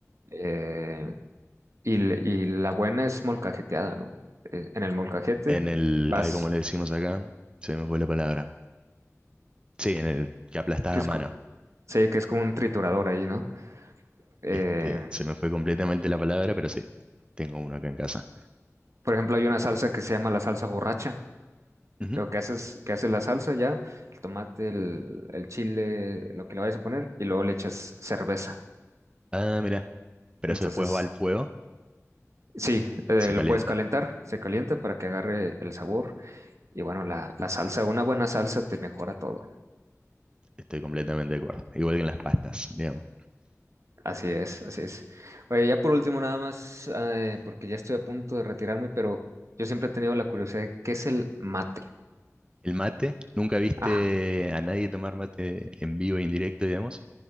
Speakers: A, on the right; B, on the right.
A: Eh, y, le- y la buena es molcajeteada, ¿no? Eh, en el molcajete
B: en el,
A: vas,
B: ay, como le decimos acá, se me fue la palabra. Sí, en el que aplastás
A: que
B: a
A: es,
B: mano.
A: co- sí, que es como un triturador ahí, ¿no? Eh,
B: Este, se me fue completamente la palabra, pero sí, tengo uno acá en casa.
A: por ejemplo, hay una salsa que se llama la salsa borracha.
B: Ujú.
A: Lo que haces, que hace la salsa ya, el tomate, el, el chile, lo que le vayas a poner, y luego le echas cerveza.
B: Ah, mira. pero
A: Entonces,
B: eso después va al fuego,
A: sí, eh,
B: se calienta.
A: lo puedes calentar, se calienta para que agarre el sabor. Y bueno, la, la salsa, una buena salsa te mejora todo.
B: Estoy completamente de acuerdo. Igual que en las pastas, digamos.
A: Así es, así es. Oye, ya por último, nada más, eh, porque ya estoy a punto de retirarme, pero yo siempre he tenido la curiosidad de qué es el mate.
B: El mate, ¿nunca viste
A: Ajá.
B: a nadie tomar mate en vivo e indirecto, digamos?